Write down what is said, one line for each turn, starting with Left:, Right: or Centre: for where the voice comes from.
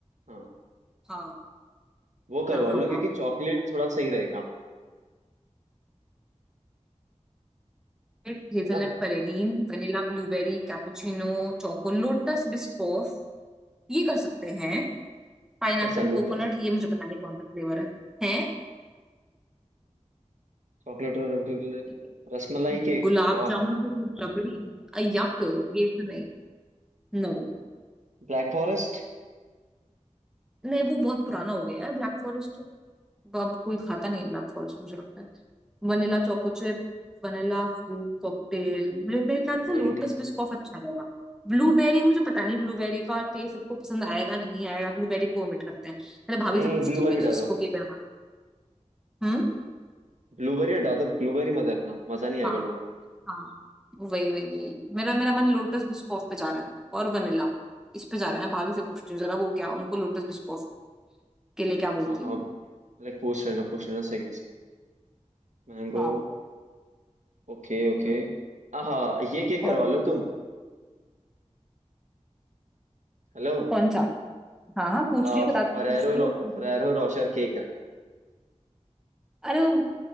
Right: हाँ
Centre: हाँ
Right: वो करवा
Centre: हाँ हाँ
Right: लो
Centre: हाँ
Right: क्योंकि चॉकलेट थोड़ा सही रहेगा
Centre: hazelnut
Right: है ना
Centre: praline vanilla blueberry cappuccino choco Lotus Biscoff ये कर सकते हैं पाइनएप्पल
Right: कैसा लोटस
Centre: कोकोनट ये मुझे पता नहीं कौन सा फ्लेवर है है
Right: चॉकलेट और रबड़ी-
Centre: ठीक है
Right: रसमलाई केक
Centre: गुलाब
Right: वाह
Centre: जामुन विद रबड़ी अ, यक ये तो नहीं नो
Right: Black forest
Centre: नहीं वो बहुत पुराना हो गया है ब्लैक फॉरेस्ट तो अब कोई खाता नहीं है ब्लैक फॉरेस्ट मुझे लगता है Vanilla choco chip vanilla fruit cocktail मेरे मेरे ख्याल से
Right: नाइनटीन
Centre: लोटस बिस्कॉफ अच्छा रहेगा ब्लूबेरी मुझे पता नहीं ब्लूबेरी का टेस्ट सबको पसंद आएगा नहीं आएगा ब्लूबेरी को omit करते हैं मेरे भाभी
Right: नहीं
Centre: से
Right: नहीं
Centre: पूछती
Right: ब्लूबेरी
Centre: हूँ मैं जिसको
Right: हटा दो
Centre: केक बनाना हम्म
Right: ब्लूबेरी हटा दो ब्लूबेरी मत रखना मजा नहीं
Centre: हाँ
Right: आएगा लोगों को
Centre: हाँ वही वही वही मेरा मेरा मन लोटस बिस्कॉफ पे जा रहा है और वनीला इस पे जा रहा है मैं भाभी से पूछती हूँ जरा वो क्या उनको लोटस बिस्कॉफ के लिए क्या बोलती
Right: हाँ हाँ
Centre: हूँ
Right: लाइक पूछ लेना पूछ लेना सही है सही है मैंगो
Centre: हाँ
Right: Okay okay
Centre: हम्म।
Right: हाँ ये केक
Centre: और
Right: करवा लो तुम हेलो
Centre: कौन सा हाँ हाँ पूछ
Right: आ,
Centre: रही हूँ बता पूछती
Right: फरेरो
Centre: हूँ
Right: रो,
Centre: कौन सी?
Right: फरेरो रोशर केक
Centre: अरे वो-